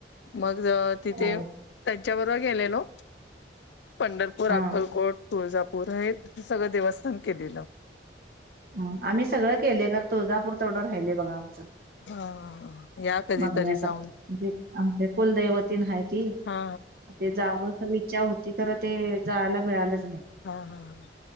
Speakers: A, on the left; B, on the right.
A: मग तिथे
B: हा
A: त्यांच्याबरोबर गेलेलो, पंढरपूर,
B: हा
A: अक्कलकोट, तुळजापूर हे हे सगळं देवस्थान केलेलं.
B: ह आम्ही सगळं केले तुळजापूर तेवढं राहिय बघा आमचं
A: हा या कधीतरी
B: बघण्यासारखं
A: जाऊन
B: म्हणे आमचे कुलदैवतीन आहे ती
A: हा
B: ते जाव इच्छा होती. खरं ते जायला मिळालच नाही.
A: हा हा हा